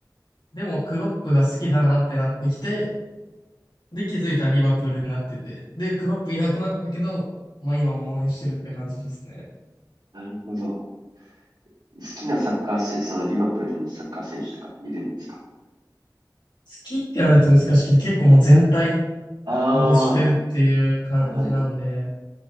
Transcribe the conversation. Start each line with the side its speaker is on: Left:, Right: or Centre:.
Left: でもクロップが好きだなってなってきて、で、気づいたらリバプールになってて、で、クロップいなくなったけど、まあ今も応援してるって感じですね。
Right: なるほど。好きなサッカー選そのリバプールのサッカー選手とかいるんですか
Left: 好きって言われると難しくて、結構もう全体
Right: あ
Left: を推してるっていう感じなんで、
Right: あ、なるほど。